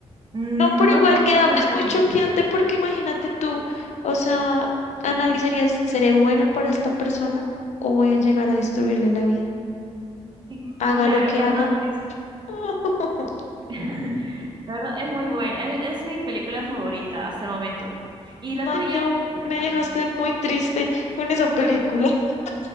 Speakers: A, on the right; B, on the left.
A: Mm,
B: No, pero
A: No
B: igual
A: todos
B: queda,
A: lo entienden
B: es
A: a la
B: muy
A: primera.
B: choqueante porque imagínate tú, o sea, analizarías, ¿seré buena para esta persona o voy a llegar a destruirle la vida?
A: Sí,
B: Haga
A: claro,
B: lo que
A: ajá,
B: haga.
A: exacto.
B: <laughs>
A: <laughs> La verdad es muy buena. Es, es mi película favorita hasta el momento. Y la
B: Ay,
A: tuya,
B: no,
A: cuéntame.
B: me dejaste muy triste con esa película. <laughs>